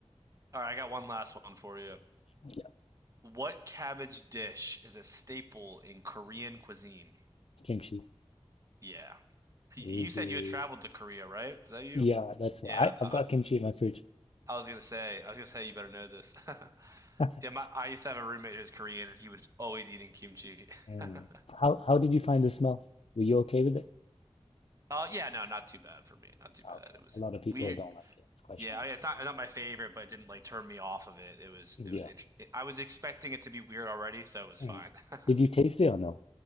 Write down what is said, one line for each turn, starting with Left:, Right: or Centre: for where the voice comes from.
Right: All right, I got one last one for you.
Left: Yeah,
Right: What cabbage dish is a staple in Korean cuisine?
Left: kimchi.
Right: Yeah. Y- You
Left: Easy.
Right: said you had traveled to Korea, right? Was that you?
Left: Yeah, that's
Right: Yeah,
Left: why I,
Right: I
Left: I've got
Right: was
Left: kimchi in my fridge.
Right: I was gonna say I was gonna say you better know this. <laughs>
Left: <laughs>
Right: Yeah, my I used to have a roommate who was Korean and he was always eating kimchi.
Left: Mm.
Right: <laughs>
Left: How how did you find the smell? Were you okay with it?
Right: Oh yeah, no, not too bad for me. Not too bad.
Left: Okay.
Right: It was
Left: A lot of people
Right: weird.
Left: don't like it. It's quite
Right: Yeah,
Left: strong.
Right: I mean, it's not not my favorite, but it didn't like turn me off of it. It was
Left: Yeah.
Right: it was interesting. I was expecting it to be weird already, so it was
Left: Mm.
Right: fine. <laughs>
Left: Did you taste it or no?